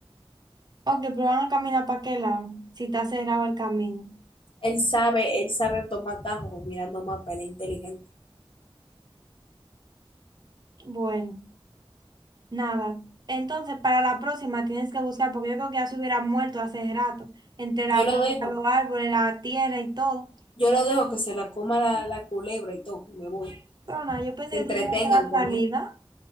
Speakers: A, on the right; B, on the left.
A: Ok, pero van a caminar para qué lado, si está cerrado el camino.
B: Él sabe, él sabe tomar tajos mirando mapa, él es inteligente.
A: Bueno, nada. Entonces, para la próxima tienes que buscar, porque yo creo que ya se hubiera muerto hace rato, entre
B: Yo
A: la
B: lo
A: brisa,
B: dejo,
A: los árboles, la tierra y todo.
B: yo lo dejo que se la coma la, la culebra y todo, y me voy.
A: Pero nada, yo pensé
B: Se entretengan
A: que tú tienes otra
B: con
A: salida.
B: él.